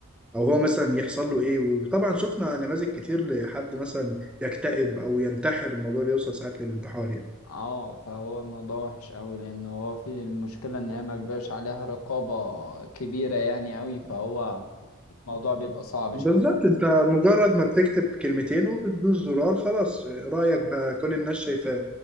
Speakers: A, in the centre; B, on the left (about 80°).
A: او هو مثلا يحصل له ايه وطبعا شفنا نماذج كتير لحد مثلا يكتئب او ينتحر الموضوع بيوصل ساعات للانتحار يعني
B: اه فهو الموضوع وحش قوي لان هو في المشكله ان هي ما بيبقاش عليها رقابه كبيره يعني قوي فهو الموضوع بيبقى صعب
A: بالظبط
B: شويه
A: انت مجرد ما بتكتب كلمتين وبتدوس زرار خلاص رأيك بقى كل الناس شايفاه